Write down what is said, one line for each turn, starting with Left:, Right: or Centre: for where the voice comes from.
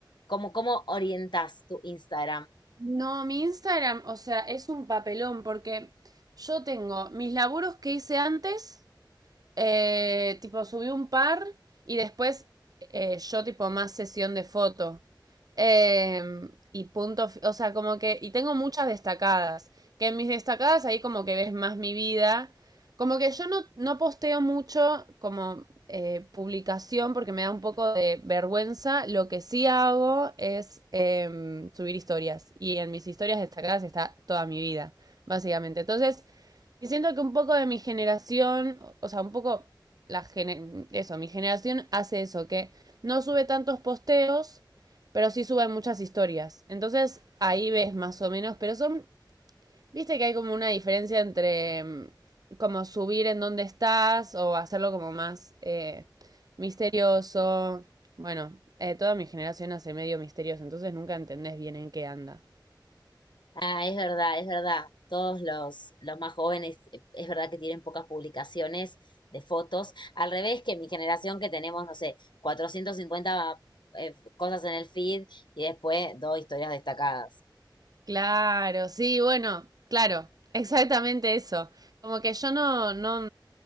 Left: ¿Cómo, cómo orientás tu Instagram?
Right: no, mi Instagram, o sea, es un papelón porque yo tengo mis laburos que hice antes. Eh, tipo, subí un par y después eh, yo tipo más sesión de foto. Eh, y punto, fi- o sea, como que, y tengo muchas destacadas, que en mis destacadas ahí como que ves más mi vida. Como que yo no, no posteo mucho como eh, publicación porque me da un poco de vergüenza. Lo que sí hago es em, subir historias. Y en mis historias destacadas está toda mi vida, básicamente. Entonces, y siento que un poco de mi generación, o sea, un poco la gene- eso, mi generación hace eso, que no sube tantos posteos, pero sí suben muchas historias. Entonces ahí ves más o menos, pero son, viste que hay como una diferencia entre mm, como subir en dónde estás o hacerlo como más eh, misterioso. Bueno, eh, toda mi generación hace medio misterios, entonces nunca entendés bien en qué anda.
Left: Ah, es verdad, es verdad. Todos los, los más jóvenes, eh, es verdad que tienen pocas publicaciones de fotos. Al revés que mi generación que tenemos, no sé, 450 eh, cosas en el feed y después dos historias destacadas.
Right: Claro, sí, bueno, claro, exactamente eso. Como que yo no, no,